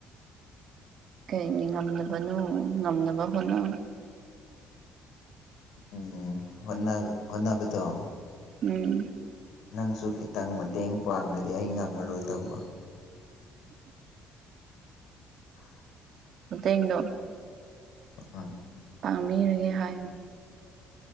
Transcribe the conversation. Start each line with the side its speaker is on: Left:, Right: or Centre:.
Right: ꯀꯩꯅꯤ ꯉꯝꯗꯕꯅꯣ ꯉꯝꯅꯕ ꯍꯣꯠꯅ
Left: ꯎꯝ ꯑꯣꯅ ꯑꯣꯅꯕꯨꯣ
Right: ꯎꯝ
Left: ꯅꯪꯁꯨ ꯈꯤꯇꯪ ꯃꯇꯦꯡ ꯄꯥꯡꯕꯗꯤ ꯑꯩ ꯉꯝꯃꯔꯣꯏ ꯇꯧꯕ <unintelligible> <inaudible>
Right: ꯑꯠꯇꯅꯣ
Left: ꯑꯥ <unintelligible> <inaudible>
Right: ꯄꯥꯕꯤꯔꯒꯦ ꯍꯥꯏꯌꯨ